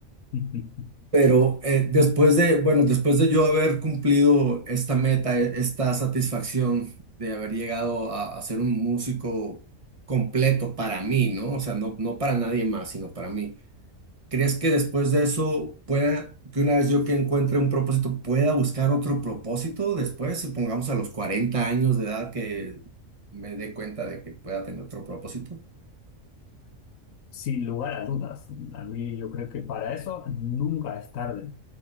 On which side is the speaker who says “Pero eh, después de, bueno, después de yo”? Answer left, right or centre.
Right